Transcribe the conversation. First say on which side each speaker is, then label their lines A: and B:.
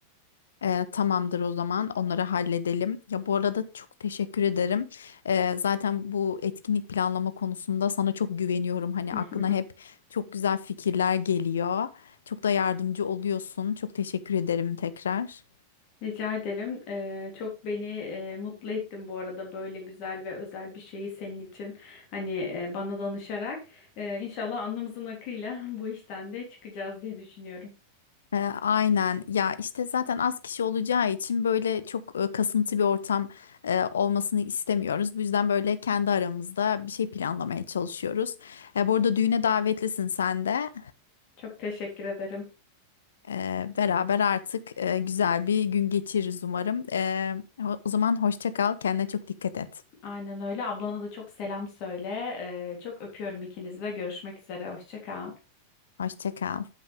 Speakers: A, on the left (about 65°); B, on the left (about 40°).
A: Ee, tamamdır o zaman onları halledelim. Ya bu arada çok teşekkür ederim. Ee, zaten bu etkinlik planlama konusunda sana çok güveniyorum. Hani
B: <laughs>
A: aklına hep çok güzel fikirler geliyor. Çok da yardımcı oluyorsun. Çok teşekkür ederim tekrar.
B: Rica ederim. Ee, çok beni e, mutlu ettin bu arada böyle güzel ve özel bir şeyi senin için hani e, bana danışarak. Ee, inşallah alnımızın akıyla <laughs> bu işten de çıkacağız diye düşünüyorum.
A: Ee, aynen ya işte zaten az kişi olacağı için böyle çok e, kasıntı bir ortam e, olmasını istemiyoruz. Bu yüzden böyle kendi aramızda bir şey planlamaya çalışıyoruz. E, bu arada düğüne davetlisin sen de.
B: Çok teşekkür ederim.
A: Ee, beraber artık e, güzel bir gün geçiririz umarım. Ee, o o zaman hoşça kal, kendine çok dikkat et.
B: Aynen öyle. Ablana da çok selam söyle. Ee, çok öpüyorum ikinizi de. Görüşmek üzere. Hoşça kal.
A: Hoşça kal.